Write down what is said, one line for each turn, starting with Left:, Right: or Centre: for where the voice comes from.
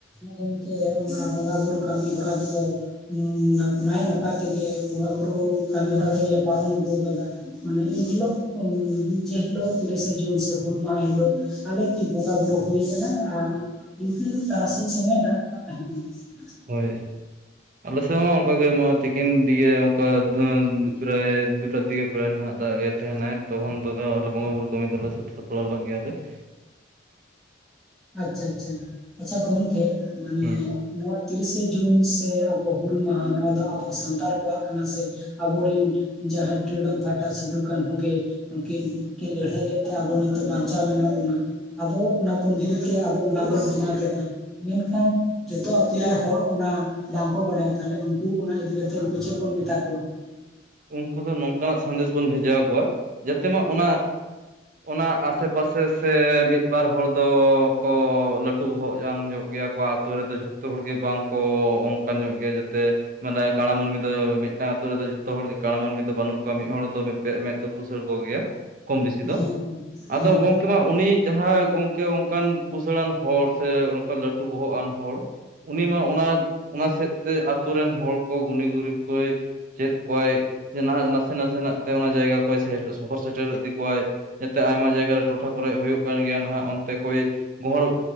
Centre: ᱜᱚᱝᱠᱮ ᱚᱱᱟ ᱵᱚᱸᱜᱟ ᱵᱩᱨᱩ ᱠᱟᱹᱢᱤ ᱦᱚᱨᱟ ᱫᱚ ᱩᱸ, ᱱᱟᱭ ᱱᱟᱯᱟᱭ ᱛᱮᱜᱮ ᱵᱚᱸᱜᱟ ᱵᱩᱨᱩ ᱠᱟᱹᱢᱤ ᱦᱚᱨᱟ ᱫᱚᱞᱮ ᱯᱟᱨᱚᱢ ᱟᱹᱜᱩ ᱟᱠᱟᱫᱟ ᱾ ᱢᱟᱱᱮ ᱤᱱ ᱦᱤᱞᱳᱜ ᱡᱮ ᱦᱤᱞᱳᱜ ᱛᱤᱨᱤᱥᱮ ᱡᱩᱱ ᱥᱮ ᱦᱩᱞ ᱢᱟᱦ ᱦᱤᱞᱳᱜ ᱟᱞᱮ ᱠᱤ ᱵᱚᱸᱜᱟ ᱵᱩᱨᱩ ᱦᱳᱭ ᱟᱠᱟᱱᱟ ᱟᱨ ᱛᱤᱠᱤᱱ ᱛᱟᱨᱟᱥᱤᱧ ᱥᱚᱢᱚᱭ ᱫᱟᱜ ᱠᱟᱜ ᱛᱟᱦᱮᱸ ᱮ ᱾
Right: ᱦᱳᱭ, ᱟᱞᱮ ᱥᱮᱫ ᱦᱚᱸ ᱚᱱᱠᱟ ᱜᱮ ᱾ ᱱᱚᱛᱮ ᱢᱟ ᱛᱤᱠᱤᱱ ᱫᱤᱜᱮ ᱚᱱᱠᱟ ᱯᱨᱟᱭ ᱫᱩᱴᱟ ᱫᱤᱜᱮ ᱯᱨᱟᱭ ᱱᱟᱦᱟᱸᱜ ᱫᱟᱜ ᱮᱫ ᱛᱟᱦᱮᱱᱟᱭ ᱾ ᱛᱚᱠᱷᱚᱱ ᱫᱚ ᱟᱞᱮ ᱵᱚᱸᱜᱟ ᱵᱩᱨᱩ ᱠᱟᱹᱢᱤ ᱫᱚᱞᱮ ᱥᱟᱹᱛ ᱥᱟᱯᱲᱟᱣ ᱞᱮᱫ ᱜᱮᱭᱟᱞᱮ ᱾
Centre: ᱟᱪ-ᱪᱷᱟ ᱟᱪ-ᱪᱷᱟ, ᱟᱪ-ᱪᱷᱟ ᱜᱚᱝᱠᱮ ᱢᱟᱱᱮ
Right: ᱦᱮᱸ
Centre: ᱱᱚᱣᱟ ᱛᱤᱨᱤᱥᱮ ᱡᱩᱱ ᱥᱮ ᱟᱵᱚ ᱦᱩᱞ ᱢᱟᱦᱟ ᱱᱚᱣᱟ ᱫᱚ ᱟᱵᱚ ᱥᱟᱱᱛᱟᱲ ᱠᱚᱣᱟᱜ ᱠᱟᱱᱟ ᱥᱮ᱾ ᱟᱵᱚᱨᱤᱱ ᱡᱟᱦᱟᱸᱭ ᱯᱷᱨᱤᱰᱚᱢ ᱯᱷᱟᱭᱴᱟᱨ ᱥᱤᱫᱩᱼ ᱠᱟᱹᱱᱦᱩ ᱜᱮ ᱱᱩᱠᱤᱱ ᱠᱤᱱ ᱞᱟᱹᱲᱦᱟᱹᱭ ᱞᱮᱫ ᱛᱮ ᱟᱵᱚ ᱱᱤᱛᱚᱜ ᱵᱟᱧᱪᱟᱣ ᱢᱮᱱᱟᱜ ᱵᱚᱱᱟ ᱾ ᱟᱵᱚ ᱚᱱᱟ ᱵᱚᱱ ᱵᱩᱡ ᱠᱮᱜᱼᱟ, ᱟᱵᱚ ᱚᱱᱟ ᱵᱚᱱ ᱵᱮᱱᱟᱣ ᱠᱮᱫᱟ ᱾ ᱢᱮᱱᱠᱷᱟᱱ ᱡᱚᱛᱚ ᱟᱛᱩᱨᱮ ᱦᱚᱲ ᱚᱱᱟ ᱵᱟᱝᱠᱚ ᱵᱟᱲᱟᱭᱟ, ᱛᱟᱞᱦᱮ ᱩᱱᱠᱩ ᱚᱱᱟ ᱤᱫᱤ ᱠᱟᱛᱮ ᱩᱱᱠᱩ ᱪᱮᱫ ᱵᱚᱱ ᱢᱮᱛᱟ ᱠᱚᱣᱟ?
Right: ᱩᱱᱠᱩ ᱫᱚ ᱱᱚᱝᱠᱟᱱ ᱱᱟᱜ ᱥᱟᱸᱫᱮᱥ ᱵᱚᱱ ᱵᱷᱮᱡᱟᱣ ᱟᱠᱚᱣᱟ ᱡᱟᱛᱮ ᱢᱟ ᱚᱱᱟ ᱚᱱᱟ ᱟᱥᱮᱯᱟᱥᱮ ᱥᱮ ᱢᱤᱫ ᱢᱤᱫ ᱵᱟᱨ ᱦᱚᱲ ᱫᱚᱠᱚ ᱞᱟᱹᱴᱩ ᱵᱚᱦᱚᱜ ᱠᱟᱱ ᱧᱚᱜ ᱜᱮᱭᱟ ᱠᱚ ᱟᱛᱳ ᱨᱮᱫᱚ ᱡᱷᱚ -ᱼ ᱡᱚᱛᱚ ᱦᱚᱲ ᱜᱮ ᱵᱟᱝ ᱠᱚ ᱚᱱᱠᱟᱱ ᱧᱚᱜ ᱜᱮᱭᱟ ᱡᱟᱛᱮ ᱢᱟᱱᱮ ᱠᱟᱸᱲᱟ ᱢᱟᱹᱱᱢᱤ ᱫᱚ ᱢᱤᱫᱴᱟᱝ ᱟᱛᱳ ᱨᱮᱫᱚ ᱡᱷᱚᱛ-ᱼ ᱡᱚᱛᱚ ᱦᱚᱲ ᱜᱮ ᱠᱟᱬᱟ ᱢᱟᱹᱱᱢᱤ ᱫᱚ ᱵᱟᱹᱱᱩᱜ ᱠᱚᱣᱟ, ᱢᱤᱫ ᱦᱚᱲ ᱫᱚ ᱵᱮᱫ ᱢᱮᱫ ᱫᱚ ᱯᱩᱥᱟᱹᱲ ᱠᱚ ᱜᱮᱭᱟ ᱠᱚᱢ ᱵᱮᱥᱤ ᱫᱚ
Centre: ᱦᱮᱸ
Right: ᱾ ᱟᱫᱚ
Centre: ᱦᱮᱸ
Right: ᱜᱚᱝᱠ ᱩᱱᱤ ᱡᱟᱦᱟᱸᱭ ᱜᱚᱝᱠᱮ ᱚᱱᱠᱟᱱ ᱯᱩᱥᱟᱹᱲᱟᱱ ᱦᱚᱲ ᱥᱮ ᱚᱱᱠᱟ ᱞᱟᱹᱴᱩ ᱵᱚᱦᱚᱜ ᱟᱱ ᱦᱚᱲ ᱩᱱᱤ ᱢᱟ ᱚᱱᱟ ᱚᱱᱟ ᱥᱮᱫ ᱛᱮ ᱟᱛᱳ ᱨᱮᱱ ᱦᱚᱲ ᱠᱚ ᱜᱩᱱᱤ ᱜᱩᱨᱤᱵ ᱠᱚᱭ ᱪᱮᱫ ᱠᱚᱣᱟᱭ ᱱᱟᱥᱮ ᱱᱟᱥᱮ ᱱᱟᱜ ᱛᱮ ᱚᱱᱟ ᱡᱟᱭᱜᱟ ᱠᱚᱭ ᱥᱚᱦᱚᱨ ᱥᱮᱴᱮᱨ ᱤᱫᱤ ᱠᱚᱣᱟᱭ ᱾ ᱡᱟᱛᱮ ᱟᱭᱢᱟ ᱡᱟᱭᱜᱟ ᱨᱮ ᱴᱚᱴᱷᱟ ᱠᱚᱨᱮᱜ ᱦᱳᱭᱳᱜ ᱠᱟᱱ ᱜᱮᱭᱟ ᱱᱟᱦᱜ ᱚᱱᱛᱮ ᱠᱚᱭ ᱜᱚᱦᱚᱲ